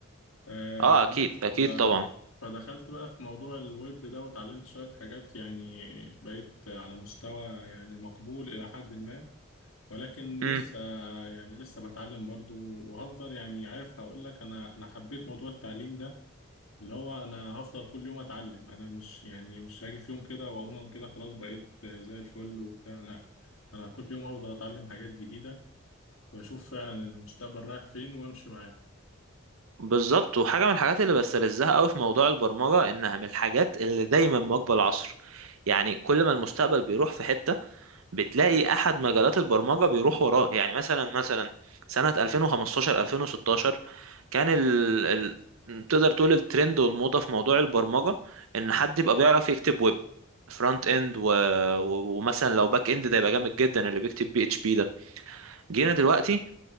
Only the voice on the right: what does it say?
اه
اكيد اكيد
طبعا
امم
بالظبط وحاجة من الحاجات اللي بستلذها قوي في موضوع البرمجة انها من الحاجات اللي دايما مواكبة العصر يعني كل ما المستقبل بيروح في حتة بتلاقي احد مجالات البرمجه بيروح وراه يعني مثلا مثلا سنه 2015 2016 كان ال... ال... تقدر تقول الترند والموضه في موضوع البرمجه ان حد يبقى بيعرف يكتب ويب فرونت اند و... و- ومثلا لو باك اند ده يبقى جامد جدا اللي بيكتب بي اتش بي ده جينا دلوقتي